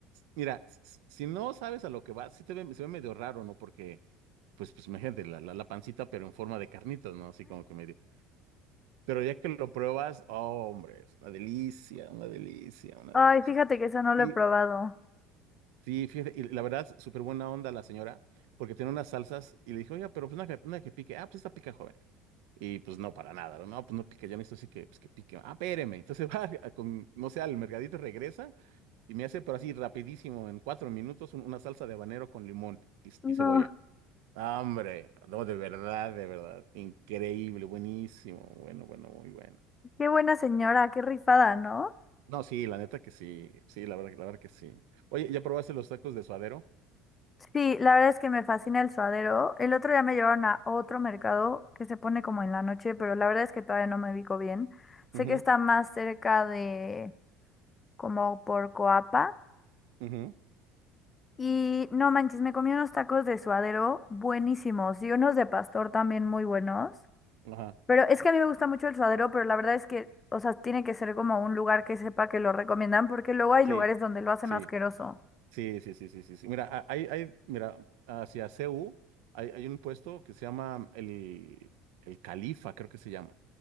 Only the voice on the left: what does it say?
Ay,
fíjate que eso no lo
he probado.
No,
qué buena señora, qué rifada, ¿no?
Sí, la verdad es que me fascina el suadero. El otro día me llevaron a otro mercado que se pone como en la noche, pero la verdad es que todavía no me ubico bien. Sé
que está más cerca de como por Coapa.
Y no manches, me comí unos tacos de suadero buenísimos y unos de pastor también muy buenos.
Pero es que a mí me gusta mucho el suadero, pero la verdad es que, o sea, tiene que ser como un lugar que sepa que lo recomiendan, porque luego hay
lugares donde lo hacen
asqueroso.